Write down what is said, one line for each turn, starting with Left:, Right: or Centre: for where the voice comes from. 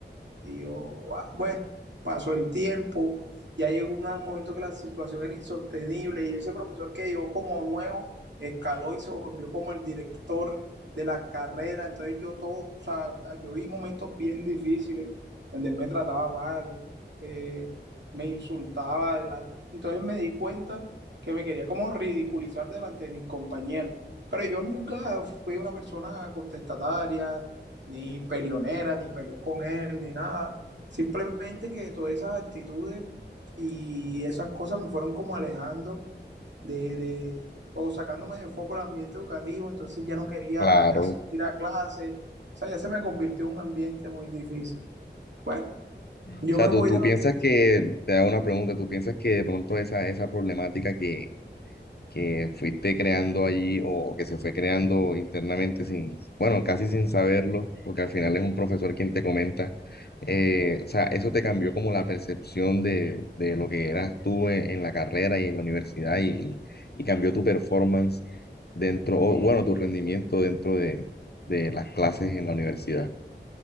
Right: Y yo, "Guau". Bueno, pasó el tiempo, ya llegó una- un momento que la situación era insostenible y ese profesor que llegó como nuevo escaló y se volvió como el director de la carrera. Entonces yo todo, o sea, yo vi momentos bien difíciles donde él me trataba mal, eh, me insultaba delante. Entonces me di cuenta que me quería como ridiculizar delante de mis compañeros. Pero yo nunca fui una persona contestataria ni peleonera, ni peleé con él, ni nada. Simplemente que todas esas actitudes y esas cosas me fueron como alejando de, de o sacándome de foco el ambiente educativo, entonces ya no quería
Left: Claro.
Right: asistir a clases, o sea, ya se me convirtió en un ambiente muy difícil. Bueno,
Left: O
Right: yo
Left: sea,
Right: me voy
Left: tú, tú
Right: de la
Left: piensas
Right: universidad.
Left: que, te hago una pregunta, tú piensas que de pronto esa, esa problemática que, que fuiste creando allí o, o que se fue creando internamente sin, bueno, casi sin saberlo, porque al final es un profesor quien te comenta, eh, o sea, eso te cambió como la percepción de, de lo que eras tú en, en la carrera y en la universidad y, y cambió tu performance dentro, o bueno, tu rendimiento dentro de, de las clases en la universidad.